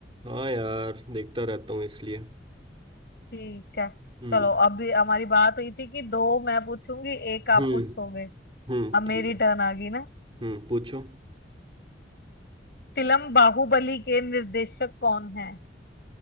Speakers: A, on the right; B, on the left.
A: हाँ यार देखता रहता हूँ इसलिए
B: ठीक है
A: हम्म
B: चलो अभी हमारी बात हुई थी कि दो मैं पूछूंगी एक आप
A: हम्म
B: पूछोगे
A: हम्म
B: अब
A: ठीक
B: मेरी
A: है
B: टर्न आ गई ना
A: हम्म पूछो
B: फिल्म बाहुबली के निर्देशक कौन है